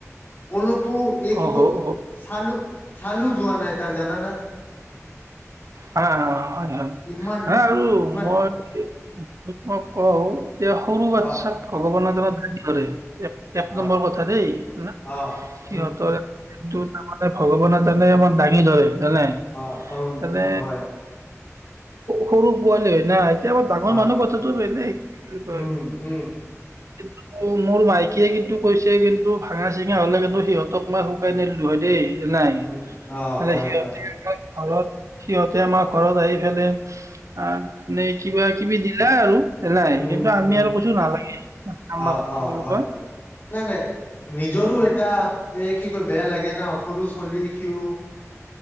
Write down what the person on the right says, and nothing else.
আহ,
অ অ
হ হয় হয়
হা আৰু
মই মই তোমাক ক। এয়া সৰু বাচ্ছাক
ভগৱানৰ জন কৰে এক এক নম্বৰ
কথা দেই ন
সিহঁতৰ।
কিন্তু তাৰমানে ভগৱানে জানে ইমান দাঙি ধৰে। জানে
তেনে
সৰু পোৱালি হয় না এতিয়া আমাৰ ডাঙৰ
মানুহ কথাটো বেলেগ, কি বুলি কয়।
কিন্তু, মোৰ মাইকীয়ে কিন্তু, কৈছে কিন্তু, ভাঙা ছিঙা হ'লে কিন্তু, সিহঁতক মই শুকাই নেৰলো হয় দেই। নাই।
মানে,
সিহঁতি
<unintelligible> সিহঁতে আমাৰ ঘৰত আহি পেনে, আঁ এ, কিবা কিবি দিলা আৰু। নাই।
কিন্তু, আমি
আৰু কৈছোঁ নালাগে। আমাক
কি
বুলি
কয়
অ